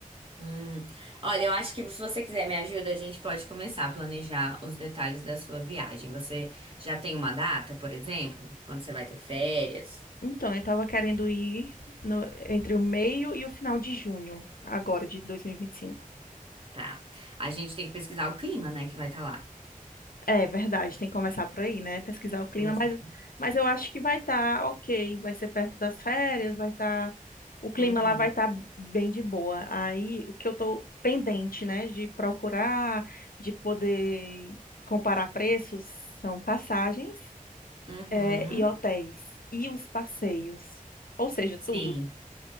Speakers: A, on the right; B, on the left.
A: Hum. Olha, eu acho que se você quiser me ajuda, a gente pode começar a planejar os detalhes da sua viagem. Você já tem uma data, por exemplo, quando você vai ter férias?
B: Então, eu tava querendo ir no- entre o meio e o final de junho, agora de 2025.
A: Tá. A gente tem que pesquisar o clima, né, que vai estar lá.
B: É verdade, tem que começar por aí, né? Pesquisar o clima,
A: Começar.
B: mas, mas eu acho que vai estar ok, vai ser perto das férias, vai estar. o clima
A: Uhum.
B: lá vai estar bem de boa. Aí o que eu tô pendente, né, de procurar, de poder comparar preços, são passagens,
A: Uhum.
B: é, e hotéis, e os passeios. Ou seja,
A: Sim.
B: tudo